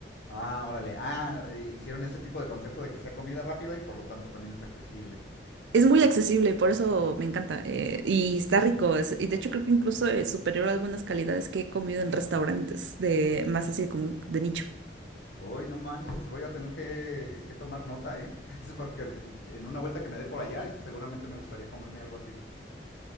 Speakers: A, on the left (about 65°); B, on the right (about 75°).
A: Ah, órale. Ah, eh, hicieron ese tipo de concepto de que sea comida rápida y por lo tanto también es accesible.
B: Es muy accesible, por eso me encanta eh, y está rico. es- y de hecho creo que incluso es superior a algunas calidades que he comido en restaurantes de más así como de nicho.
A: Uy, no manches, voy a tener que, que tomar nota, ¿eh? <laughs> Es Porque en una vuelta que me dé por allá, seguramente me gustaría comerme algo así.